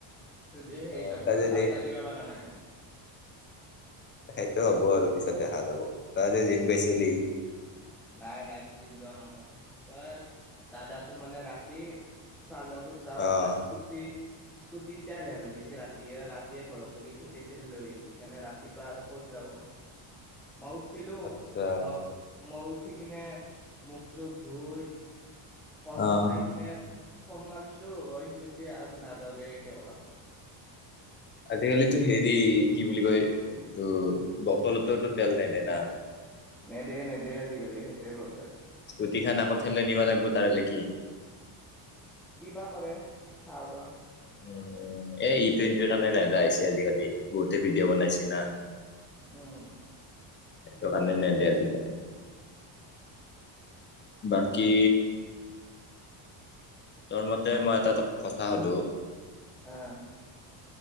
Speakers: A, in the centre; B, on the left.
A: <unintelligible> হেৰি
B: অ',
A: চাব তই
B: যদি
A: চাপ্লাই দিবা পাৰা নাই না।
B: সেইটো হ'ব আৰু পিছত দেখা যাব তই আজি জিম গৈছিলি।
A: নাই নাই জিম যোৱা নহ'ল। অ' দাদা তোৰ মানে ৰাতি যাৰ লগত যাব
B: অ',
A: তাৰ স্কুটি স্কুটিত তেল শেষ হৈ গৈছে ৰাতিয়ে, ৰাতিয়ে ঘৰক লাগি ঠেলি ঠেলিলে আহিছে সেইকাৰণে ৰাতিপুৱা আৰু ক'ত যাব।
B: <inaudible>
A: মই উঠিছিলোঁ
B: আচ্ছা
A: মই- মই উঠি কিনে মুখ চুখ ধুই কল
B: অ',
A: চল খাই কিনে। ফ'ন মাৰিছিলো সি কৈছে আজি নাযাও দে এনকে কলা।
B: আজিকালিতো হেৰি কি বুলি কয় ত' বটলততো তেল নেদে না।
A: নেদে-নেদে আজিকালি সেইটোৱে প্ৰব্লেম।
B: স্কুটিখন আকৌ ঠেলি নিব লাগিব তাৰে লৈকে।
A: কি বা কৰে চাও ৰ।
B: উম এ ই টুৱেণ্টিৰ কাৰণে নেদা হৈছে আজিকালি বহুতে ভিডিঅ' বনাইছি না।
A: উম'।
B: সেইটো কাৰণে নেদিয় আজিকালি বাকী। তোৰ মতে মই এটা কথা সুধো
A: অ '